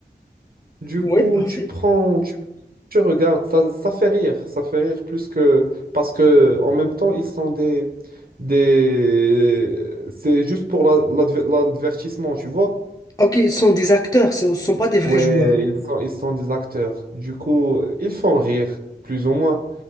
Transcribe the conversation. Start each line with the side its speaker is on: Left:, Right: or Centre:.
Right: Du
Left: ouais
Right: coup,
Left: parfait
Right: tu prends, tu, tu regardes, ça, ça fait rire, ça fait rire plus que... Parce que en même temps, ils sont des... des... C'est juste pour la- l'adver- l'advertissement, tu vois?
Left: ok ce sont des acteurs ce ne sont pas des vrais
Right: Ouais,
Left: joueurs
Right: Ils sont, ils sont des acteurs. Du coup, ils font rire, plus ou moins.